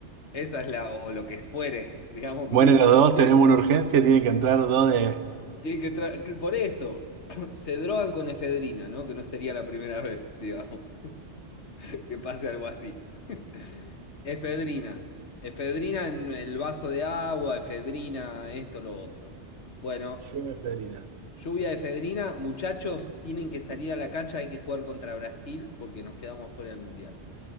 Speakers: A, on the left (about 70°); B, on the right (about 80°).
A: esa es la, o lo que fuere, digamos, que
B: Bueno,
A: uno
B: los dos
A: <laughs>
B: tenemos una urgencia, tienen que entrar dos de.
A: Tienen que tra- que Por eso <clears throat> se drogan con efedrina, ¿no? Que no sería la primera vez, digamos, <laughs> que pase algo así. <laughs> Efedrina. Efedrina en el vaso de agua, efedrina, esto, lo otro. Bueno,
B: Lluvia y Federina.
A: lluvia de efedrina. Muchachos, tienen que salir a la cancha, hay que jugar contra Brasil porque nos quedamos fuera del Mundial.